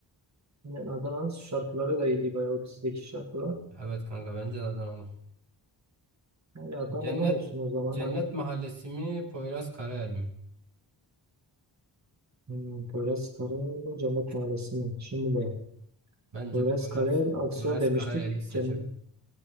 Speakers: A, on the right (about 35°); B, on the right (about 65°).
A: Yani Adana'nın şarkıları da iyiydi bayağı o dizideki şarkılar.
B: Evet kanka bence de Adanalı.
A: Onlardan
B: Cennet
A: ne olsun o zaman
B: Cennet
A: ha.
B: Mahallesi mi? Poyraz Karayel mi?
A: hmm, Poyraz Karayel mi Cennet Mahallesi mi? Şimdi de
B: Bence
A: Poyraz
B: Poyraz
A: Karayel aksiyon
B: Poyraz
A: demiştik.
B: Karayel'i seçelim.
A: Cennet,